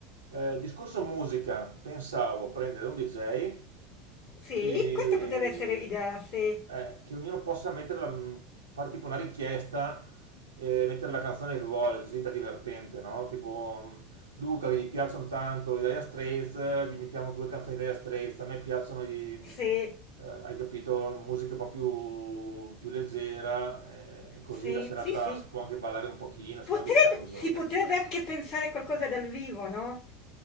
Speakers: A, on the right; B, on the left.
A: Eh, discorso musica, pensavo prendere un DJ
B: Sì,
A: che,
B: questa poteva essere idea, sì.
A: eh, che ognuno possa mettere la- fare tipo una richiesta e mettere la canzone che vuole, così diventa divertente, no? Tipo mm, Luca che gli piacciono tanto i Dire Straits, gli mettiamo due canzoni di Dire Straits, a me piacciono i
B: Sì.
A: eh, hai capito, musica un po' più, più leggera, eh, così
B: Sì,
A: la serata
B: sì, sì.
A: si può anche ballare un pochino, sennò
B: Potrebbe
A: diventa noiosa.
B: si potrebbe anche pensare a qualcosa dal vivo, no,